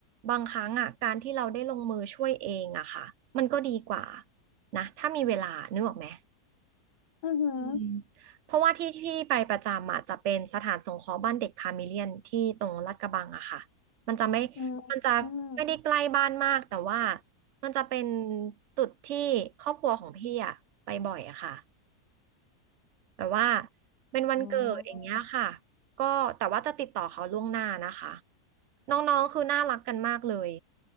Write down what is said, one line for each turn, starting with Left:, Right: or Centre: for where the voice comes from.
Right: บางครั้งอะการที่เราได้ลงมือช่วยเองอะค่ะมันก็ดีกว่านะถ้ามีเวลานึกออกไหม
Left: อือหือ
Right: อืมเพราะว่าที่ที่ไปประจำอ่ะจะเป็นสถานสงเคราะห์บ้านเด็กคาเมเลียนที่ตรงลาดกระบังอะค่ะมันจะไม่
Left: อืมอืม
Right: มันจะไม่ได้ใกล้บ้านมากแต่ว่ามันจะเป็นจุดที่ครอบครัวของพี่อะไปบ่อยอะค่ะแบบว่าเป็นวันเกิดอย่างเงี้ยค่ะ
Left: ว้าว
Right: ก็แต่ว่าจะติดต่อเขาล่วงหน้านะคะน้องๆคือน่ารักกันมากเลย